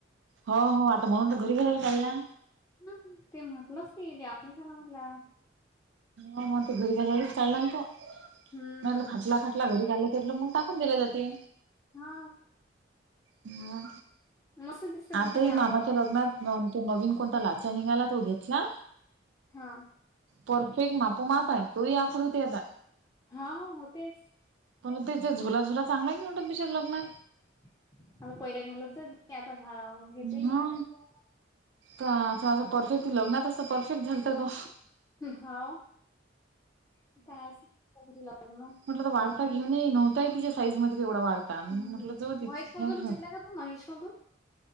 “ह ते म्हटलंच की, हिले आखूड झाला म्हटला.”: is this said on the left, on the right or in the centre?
Left